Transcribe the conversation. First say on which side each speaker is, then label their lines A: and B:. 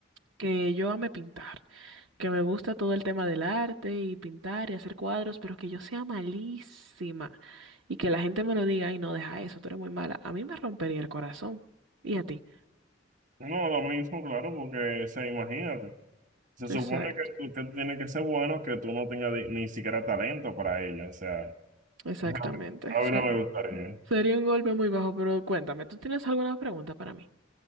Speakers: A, on the right (about 75°); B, on the right (about 45°).
A: Que yo ame pintar que me gusta todo el tema del arte y pintar y hacer cuadros, pero que yo sea malísima y que la gente me lo diga, ay, no, deja eso, tú eres muy mala. A mí me rompería el corazón. ¿Y a ti?
B: No, lo mismo, claro, porque, o sea, imagínate. Se
A: Exacto,
B: supone que tú, que tú tienes que ser bueno, que tú no tengas ni ni siquiera talento para ello. O sea,
A: exactamente.
B: <laughs> a
A: Se-
B: mí no me gustaría.
A: sería un golpe muy bajo, pero cuéntame, ¿tú tienes alguna pregunta para mí?